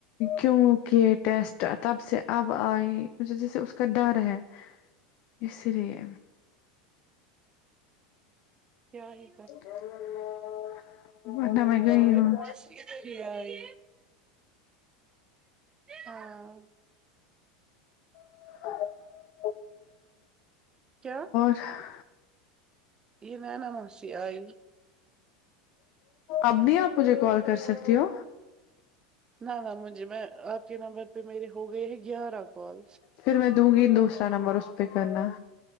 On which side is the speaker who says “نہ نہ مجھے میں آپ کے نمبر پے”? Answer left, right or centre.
Right